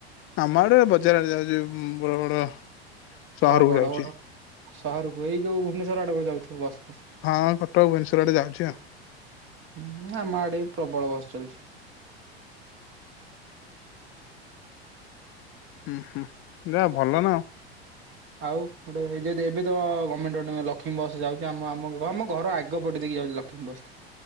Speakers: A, on the left; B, on the right.
A: ଆମ ଆଡେ ବଜାରରେ ଯାଉଛି ଉଁ ବଡ ବଡ ସହରକୁ
B: କଣ ବଡ
A: ଯାଉଛି।
B: ବଡ ସହରକୁ ଏଇ ଯୋଉ ଭୁବନେଶ୍ୱର ଆଡକୁ ଯାଉଥିବ ବସ୍।
A: ହଁ କଟକ ଭୁବନେଶ୍ୱର ଆଡେ ଯାଉଛି ଆଉ
B: ହୁଁ ଆମ ଆଡେ ପ୍ରବଳ ବସ୍ ଚାଲିଛି।
A: ଉଁ ହୁଁ ଯାହା ଭଲ ନା ଆଉ।
B: ଆଉ ଗୋଟେ ଏ ଯଦି ଏବେ ତ ଗମେଣ୍ଟ ଗୋଟେ ଲକ୍ଷ୍ମୀ ବସ୍ ଯାଉଛି ଆମ ଆମ ଆମ ଘର ଆଗ ପଟେ ଦେଇ ଯାଉଛି ଲକ୍ଷ୍ମୀ ବସ ଟା।